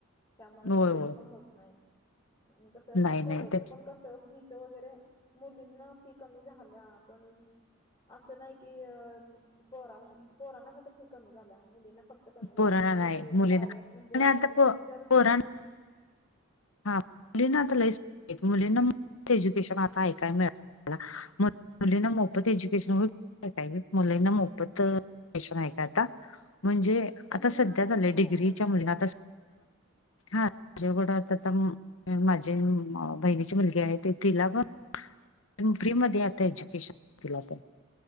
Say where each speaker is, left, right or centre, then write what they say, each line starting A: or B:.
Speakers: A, on the left; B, on the left.
A: त्यामुळे
B: होय
A: सिलेक्ट
B: होय
A: पण होत नाहीत आणि कसं
B: नाही
A: आ कॉलेजचं
B: नाही त्याच्या
A: पण कसं फीच वगैरे मुलींना फी कमी झाल्या पण असं नाही की अ पोरा पोरांना कुठे फी कमी झाल्या मुलींना फक्त कमी झाल्या
B: पोरांना
A: पण ती
B: नाही मुलींना
A: प्रायव्हेट म्हणजे
B: आणि आता
A: खाजगी
B: प
A: जर
B: पोरांना हा मुलीं आता लई मुलींना एज्युकेशन आता ऐकाय मिळ मली ना मोफत एज्युकेशन काही मुलांना मोफतशन आहे का आता म्हणजे
A: मुलींना
B: आता सध्या
A: आहे
B: झा आलं
A: की मोफत
B: डिग्रीच्या मुली आता हाजड आता माझी बहिणीची मुलगी आहे ते तिला पण फ्री मध्ये आता एज्युकेशन तिला पण.